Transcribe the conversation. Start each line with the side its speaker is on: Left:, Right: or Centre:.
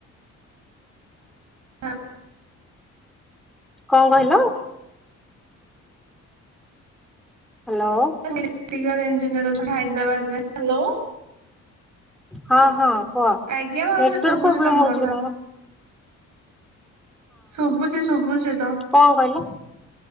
Right: ହଁ
Centre: କଣ କହିଲ ହ୍ୟାଲୋ
Right: <unintelligible> ଇଞ୍ଜିିୟରିଅର ହାଇଦରାବାଦ ହଲୋ
Centre: ହଁ ହଁ କୁହ
Right: ଆଜ୍ଞା ଭାବଜ
Centre: ନେଟୱାର୍କ
Right: ଶୁଭୁଛି
Centre: ପ୍ରୋବ୍ଲେମ
Right: ତମ
Centre: ହଉଛି
Right: କଥା
Centre: କି ତମର
Right: ଶୁଭୁଛି ଶୁଭୁଛି ତ
Centre: କଣ କହିଲ